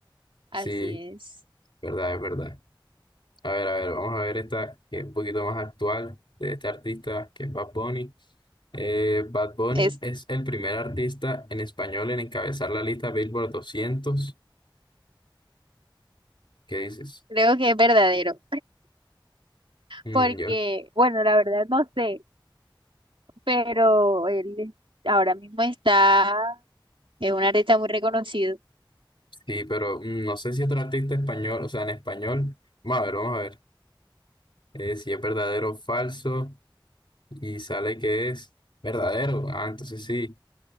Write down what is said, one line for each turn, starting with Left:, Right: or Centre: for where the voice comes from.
Right: Así
Left: Sí,
Right: es.
Left: verdad, es verdad. A ver, a ver, vamos a ver esta que es un poquito más actual de este artista que es Bad Bunny. Eh, Bad Bunny
Right: Es,
Left: es el primer artista en español en encabezar la lista Billboard doscientos ¿Qué dices?
Right: creo que es verdadero.
Left: Mm,
Right: Porque,
Left: yo,
Right: bueno, la verdad no sé, pero él ahora mismo está, es un artista muy reconocido.
Left: sí, pero mm, no sé si otro artista español, o sea, en español. Vamos a ver, vamos a ver. Eh, si es verdadero o falso. y sale que es verdadero. Ah, entonces sí,